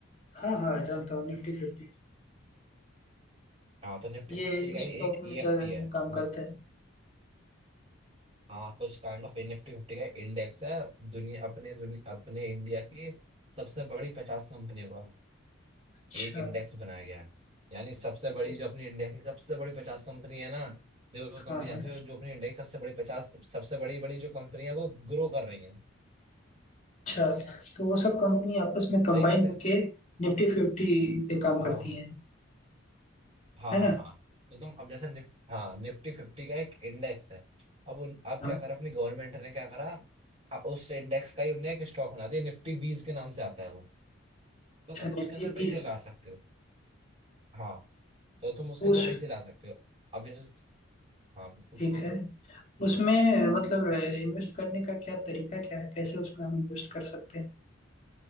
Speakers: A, on the left (about 35°); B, on the right (about 30°).
A: हाँ हाँ जानता हूँ निफ्टी फिफ्टी
B: हाँ तो निफ्टी
A: ये
B: फिफ्टी का
A: स्टॉक
B: ही एक ईएफटी
A: में चल-
B: है मतलब
A: काम करते हैं
B: हाँ कुछ काइंड ऑफ निफ्टी फिफ्टी का इंडेक्स है दुनिया अपने दुनिया अपने इंडिया की सबसे बड़ी पचास कंपनियों का
A: अच्छा
B: एक इंडेक्स बनाया गया है यानी सबसे बड़ी
A: ओ,
B: जो अपनी इंडिया की सबसे बड़ी पचास कंपनी है ना देखो तुम
A: हाँ
B: भी
A: हाँ
B: जानते हो जो अपनी इंडिया की सबसे बड़ी पचास सबसे बड़ी बड़ी जो कंपनी है वो ग्रो कर रही है
A: अच्छा तो वो सब कंपनी आपस में कंबाइन
B: सही बात है
A: होके निफ्टी फिफ्टी पे काम
B: हाँ
A: करती
B: हाँ।
A: है
B: हाँ
A: है
B: हाँ
A: ना
B: हाँ तो तुम अब जैसे निफ हाँ निफ्टी फिफ्टी का एक इंडेक्स है अब उन अब
A: हाँ
B: क्या करा अपनी गवर्नमेंट ने क्या करा अ, उस इंडेक्स का ही उनने एक स्टॉक बना दिया निफ्टी बीस के नाम से आता है वो तो
A: अच्छा
B: तुम उसके
A: निफ्टी
B: अंदर पैसे
A: बीस
B: ला सकते हो हाँ तो तुम उसके अंदर
A: उस
B: पैसे ला सकते हो अब जैसे हाँ पूछो
A: ठीक
B: पूछो
A: है उसमें अ, मतलब इन्वेस्ट करने का क्या तरीका क्या है कैसे उसमें हम इन्वेस्ट कर सकते हैं